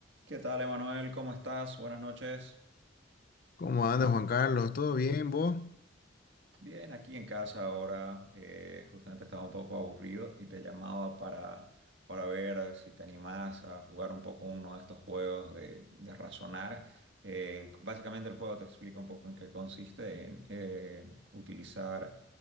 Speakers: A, on the right; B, on the left.
A: ¿Qué tal, Emanuel? ¿Cómo estás? Buenas noches.
B: ¿Cómo andas, Juan Carlos? ¿Todo bien, vos?
A: Bien, aquí en casa ahora. eh, justamente estaba un poco aburrido y te llamaba para, para ver si te animás a jugar un poco uno de estos juegos de, de razonar. Eh, básicamente el juego te explica un poco en qué consiste en, en utilizar